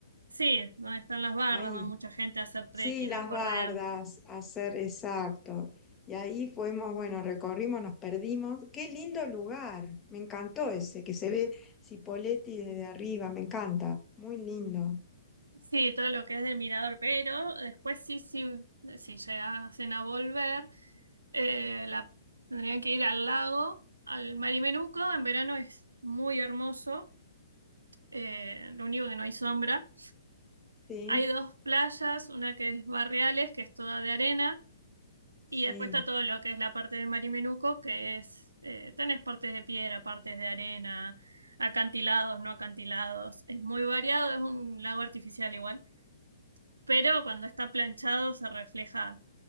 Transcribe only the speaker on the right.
Sí, donde están las bardas,
va mucha gente a hacer
trekking,
a correr.
Sí, todo lo que es del mirador, pero después sí, sí, si llegasen a volver, eh, la, tendrían que ir al lago, al Marimenuco. En verano es muy hermoso, eh, lo único que no hay sombra.
Hay dos playas, una que es Barriales, que es toda de arena,
Y después está todo lo que es la parte del Marimenuco, que es, eh, tenés partes de piedra, partes de arena, acantilados, no acantilados. Es muy variado, es un lago artificial igual, pero cuando está planchado se refleja,